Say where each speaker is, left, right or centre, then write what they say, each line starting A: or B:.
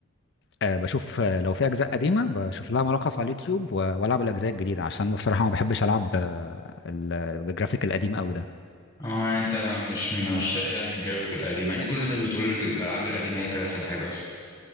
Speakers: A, on the left (about 50°); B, on the left (about 25°).
A: آه، بشوف آه، لو في اجزاء قديمه بشوف لها ملخص على اليوتيوب و- والعب الاجزاء الجديده عشان بصراحه ما بحبش العب آه، ال- بالجرافيك القديم قوي ده
B: اه انت ما- مش من عشاق يعني الجرافيك القديم يعني كل الناس بتقول الالعاب القديمه هي كانت احسن حاجه اصلا